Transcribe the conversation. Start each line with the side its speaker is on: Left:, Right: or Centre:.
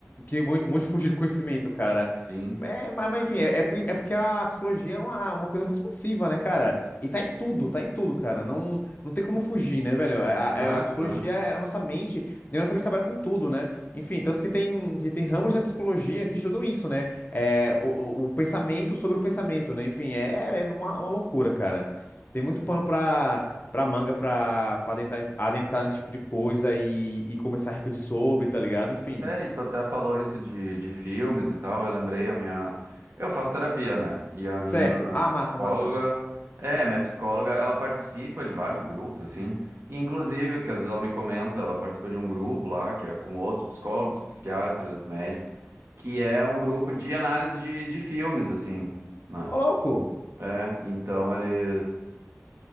Left: que vão vão te fugir do conhecimento, cara.
Right: sim.
Left: É, mas, mas, enfim, é, é por- é porque a psicologia é uma, uma coisa muito expansiva, né, cara? E tá em tudo, tá em tudo, cara. Não, não tem como fugir, né, velho? A,
Right: Exato,
Left: a- a psicologia
Right: é.
Left: é a nossa mente, e a nossa mente trabalha com tudo, né? Enfim, tanto que tem, que tem ramos da psicologia que estudam isso, né? É, o, o, o pensamento sobre o pensamento, né? Enfim, é, é uma, uma loucura, cara. Tem muito pano pra, pra manga pra, pra adentrar, adentrar nesse tipo de coisa e, e começar a refletir sobre, tá ligado? Enfim.
Right: É, e tu até falou isso de, de filmes e tal. Eu lembrei a minha. Eu faço terapia, né? E a minha
Left: Certo. Ah, massa,
Right: psicóloga.
Left: massa.
Right: É, a minha psicóloga, ela participa de vários grupos, assim. E, inclusive, que às vezes ela me comenta, ela participa de um grupo lá, que é com outros psicólogos, psiquiatras, médicos, que é um grupo de análise de, de filmes, assim, né?
Left: Ô, louco!
Right: É, então eles.